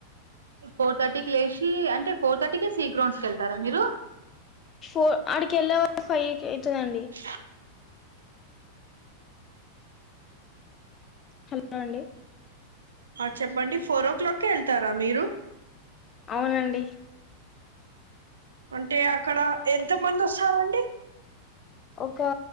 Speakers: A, on the right; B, on the left.
A: ఫోర్ థర్టీకి లేశీ అంటే ఫోర్ తట్టికే సి గ్రౌండ్స్కెల్తారా మీరు
B: ఫో అడికెళ్ళే వారికే ఫై కె అయితాదండి.
A: స
B: హా ల్ల అండి
A: ఆ చెప్పండి ఫోరో క్లాక్కి ఎళ్తారా మీరు
B: అవునండి.
A: అంటే అక్కడ ఎంత మంది ఒస్సారండి.
B: ఒకా